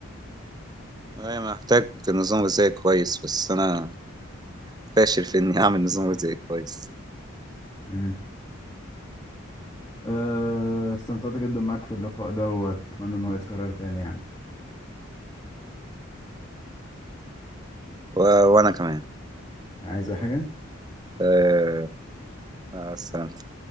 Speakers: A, on the right (about 20°); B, on the left (about 20°).
A: أنا محتاج نظام غذائي كويس بس أنا فاشل في إني أعمل نظام غذائي كويس
B: مم. آه، استمتعت جدا معاك في اللقاء ده واتمنى ان هو يتكرر تاني يعني
A: و... وانا كمان
B: عايز اي حاجة
A: أه... مع السلامة